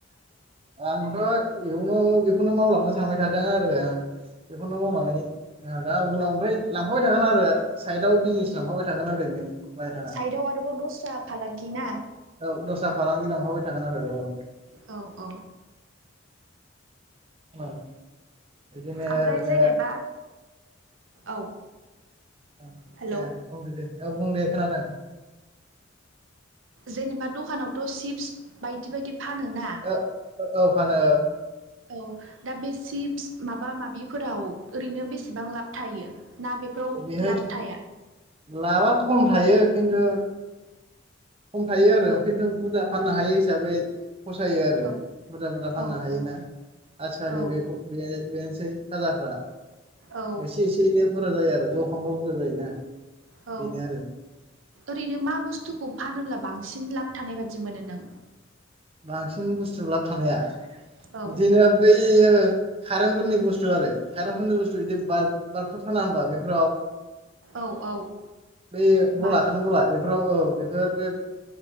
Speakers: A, on the right (about 30°); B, on the right (about 80°).
A: आंथ' इयावनाव बेखौनो मावलाङनोै सानबाय थादों आरो बेखौनो मावनानै दा उनाव ओमफ्राय लांफाबाय थागोन आरो साइदआव बिजनेस लांफाबाय थागोन ओरैनो बाहेरा।
B: साइडआव आरोबाव दस्रा फालांगि ना
A: औ दस्रा फालांगि लांफाबाय थागोन आरो औ।
B: औ औ
A: औ बिदिनो
B: ओमफ्राय जेनेबा औ
A: औ
B: हेल'
A: दे बुंदो दे औ बुं दे खोनादों।
B: जेनेबा दखानावथ' चिप्स बायदि बायदि फानो ना।
A: ओ औ फानो।
B: औ दा बे चिप्स माबा माबिफोराव ओरैनो बेसेबां लाब थायो? ना बेफोराव
A: बेहायथ'
B: लाब थाया
A: लाबा खम थायो खिन्थु खम थायो आरो
B: औ
A: खिन्थु बुरजा फाननो हायो हिसाबै फसायो आरो
B: औ
A: बुरजा बुरजा फाननो
B: औ
A: हायोना।
B: औ
A: आजिखालि
B: औ
A: बेखौ बेनोसै साजाफ्रा
B: औ
A: एसे एसे एनै बुरजा जायो आरो। जखांबा बुरजा जायोना।
B: औ
A: बेनो आरो
B: ओरैनो मा बुस्थुखौ फानोब्ला बांसिन सिन लाब थानाय बादि मोनो नों?
A: बांसिन बुस्थु लाब थानाया
B: औ
A: बिदिनो बै कारेन्टफोरनि बुस्थु आरो कारेन्टफोरनि बुस्थु बिदि बाल् बाल्बफोर फाना होमबा बेफोराव
B: औ औ
A: बे बलाखौनो
B: बा
A: बला बेफोराव औ बेफोर बे